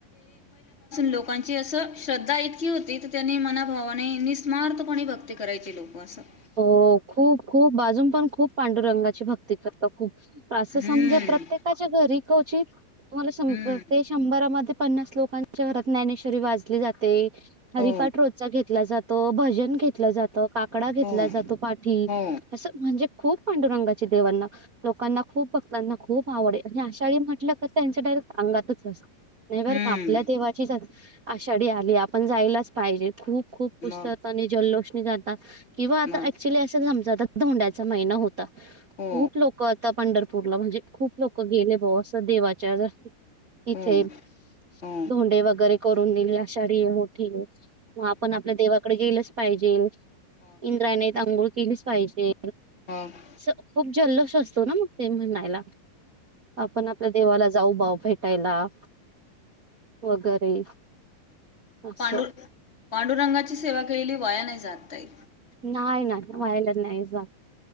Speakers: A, on the left; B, on the right.
A: लोकां अस श्रधा इत होती त्यांनी म भावाने निस्मार्पणे भक्ती करायची लोक असं
B: हो खूप खूप अजून पण खूप पांडुरंगाची भक्ती करत खूप असं
A: हम्म
B: समज प्रत्येकाच्या घरी कवचित तुम्हाला
A: हम्म
B: ते शंभरामध्ये पन्नास लोकांच्या घरात ज्ञानेश्वरी वाजली जाते हरिफाट
A: हो
B: रोजचा घेतला जात तो भजन घेतलं जातं काकडा घेतला
A: हो
B: जातो पाठी
A: हो
B: असं म्हणजे खूप पांडुरंगाची देवांना लोकांना खूप भक्तांना खूप आवडे आणि आषाढी म्हटलं का त्यांच्या सांगातच नाही बर
A: हम्म
B: का आपल्या देवाचीच आषाढी आली आपण जायलाच पाहिजे खूप खूप पुस्तक
A: मग
B: आणि जल्लोषणी जात किंवा आता
A: मग
B: ऍक्च्युअली असंम धोंड्याचा महिना होता
A: हो
B: खूप लोक आता पंढरप पूरला म्हणजे खूप लोक गेले ब असं देवाच्या इथे
A: हो हो
B: धोंडे वगैरे करून दिली आषाढी आहे मोठी आहे मग आपण आपल्या देवाकडे गेलच पाहिजे
A: म
B: इंद्राणीेत अांघूळ कल्स पाहिजे
A: मग
B: खूप जल्लोस्वस्त ना मग ते म्हणणायला आपण आपल्या देवाला जाऊ बाऊ भेटायला वगैरे असं
A: पांडुर पांडुरंगाची सेवा केलेली वया नाही जातय
B: नाही नाही व्हायलाच नाही जा